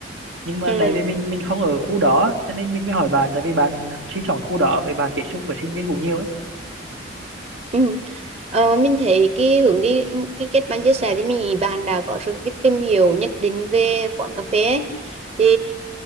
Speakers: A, on the right (about 85°); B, on the right (about 35°).
A: nhưng mà
B: ừ
A: tại vì mình mình không ở khu đó cho nên mình mới hỏi bạn tại vì bạn sinh sống ở khu đó với bạn tiếp xúc với sinh viên cũng nhiều ấy
B: Ừ. Ờ, mình thấy cái hướng đi ừ, cái kết bạn chia sẻ thì mình nghĩ bạn đã có sự cái tìm hiểu nhất định về quán cà phê ấy. thì